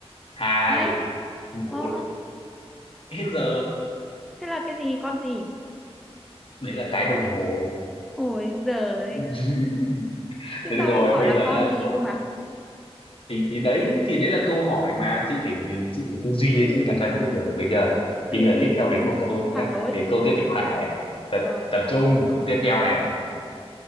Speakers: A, on the left (about 55°); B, in the centre.
A: hai,
B: ấy
A: một,
B: ờ ơ,
A: hết giờ.
B: thế, thế là cái gì con gì
A: Đấy là cái đồng hồ.
B: ôi giời ơi.
A: <laughs>
B: thế
A: Thế được
B: sao
A: rồi,
B: em hỏi
A: bây
B: là
A: giờ
B: con
A: nhá,
B: gì
A: câu
B: cơ mà
A: thì thì đấy thì đấy là câu hỏi mà chị phải chị phải tư duy
B: Ừm,
A: ấy chứ làm sao em biết được bây giờ
B: tư
A: thì bây giờ
B: duy
A: tiếp theo đến một câu
B: phản
A: nhá
B: đối
A: để câu tiếp theo này này tập,
B: rồi
A: tập trung câu tiếp
B: ok
A: theo này
B: ok